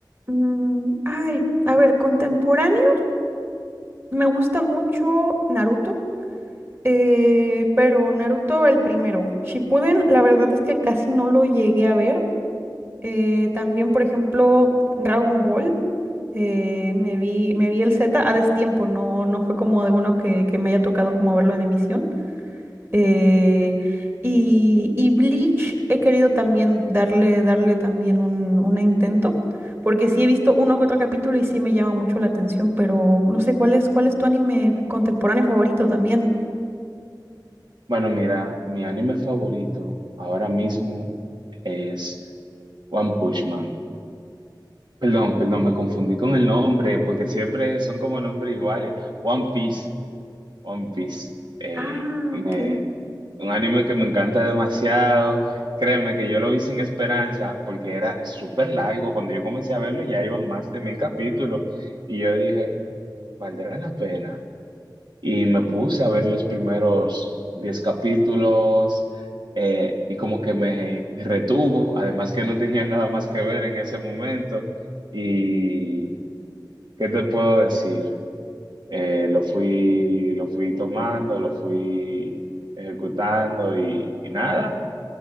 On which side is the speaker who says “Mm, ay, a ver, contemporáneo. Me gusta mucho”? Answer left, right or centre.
Right